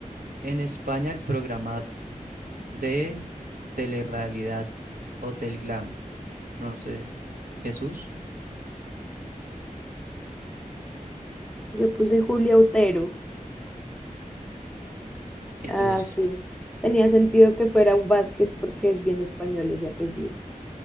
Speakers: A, on the right; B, in the centre.
A: en España el programa de telerrealidad Hotel Glam? No sé. ¿Jesús?
B: Yo puse Julia Otero.
A: Jesús.
B: Ah, sí. Tenía sentido que fuera un Vázquez porque es bien español ese apellido.